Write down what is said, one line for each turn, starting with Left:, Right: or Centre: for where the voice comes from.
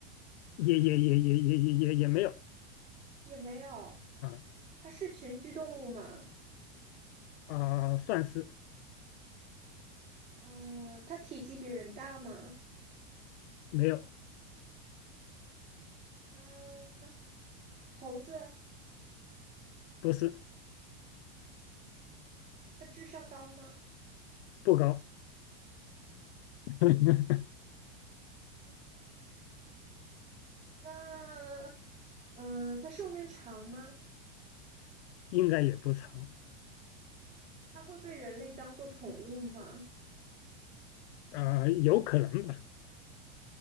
Left: 也也也也也也也也没有
Right: 也没有。
Left: 啊
Right: 它是群居动物吗？
Left: 啊，算是
Right: 嗯，它体积比人大吗？
Left: 没有，
Right: 嗯，猴子。
Left: 不是
Right: 它智商高吗？
Left: 不高，<laughs>
Right: 那嗯、呃它寿命长吗？
Left: 应该也不长
Right: 它会被人类当做宠物吗？
Left: 啊，有可能吧？